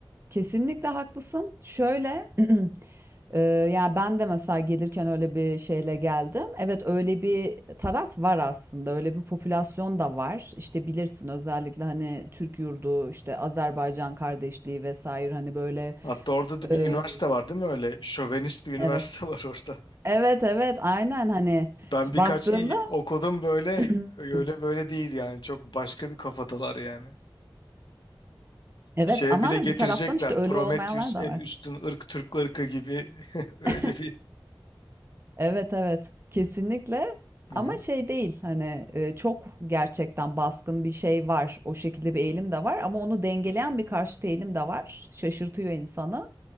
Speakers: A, on the right; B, on the left.
A: Kesinlikle haklısın. Şöyle, <clears throat> eee, ya, ben de mesela gelirken öyle bir şeyle geldim. Evet, öyle bir taraf var aslında. Öyle bir popülasyon da var. İşte bilirsin özellikle hani Türk yurdu, işte Azerbaycan kardeşliği vesaire hani böyle
B: Hatta orada da
A: eee,
B: bir üniversite var değil mi öyle? Şövenist bir üniversite
A: evet.
B: <laughs> var orada.
A: Evet, evet, aynen hani
B: Ben
A: baktığında
B: birkaç iyi okudum böyle
A: <clears throat>
B: öyle böyle değil yani. Çok başka bir kafadalar yani.
A: Evet
B: Şeye
A: ama
B: bile getirecekler.
A: bir taraftan işte öyle
B: Prometheus
A: olmayanlar da
B: en
A: var.
B: üstün ırk Türk ırkı gibi <laughs> öyle
A: <laughs>
B: bir.
A: Evet evet kesinlikle ama
B: Hı hı.
A: şey değil hani e, çok gerçekten baskın bir şey var o şekilde bir eğilim de var ama onu dengeleyen bir karşıt eğilim de var şaşırtıyor insanı